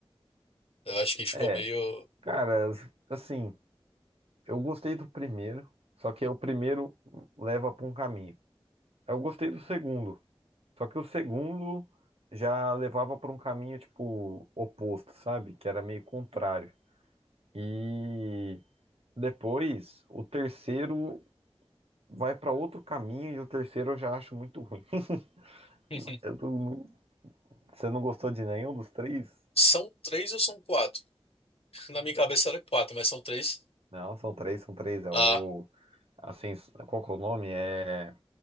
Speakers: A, on the left; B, on the right.
A: Eu acho que ficou
B: É,
A: meio.
B: cara, assim, eu gostei do primeiro, só que o primeiro leva para um caminho. Eu gostei do segundo, só que o segundo já levava para um caminho tipo oposto, sabe? Que era meio contrário. E depois o terceiro vai para outro caminho e o terceiro eu já acho muito ruim.
A: <laughs>
B: <laughs> Eu não, Você não gostou de nenhum dos três?
A: São três ou são quatro? Na minha cabeça era quatro, mas são três.
B: Não, são três, são três. É
A: A
B: o. Assim, qual que é o nome? É.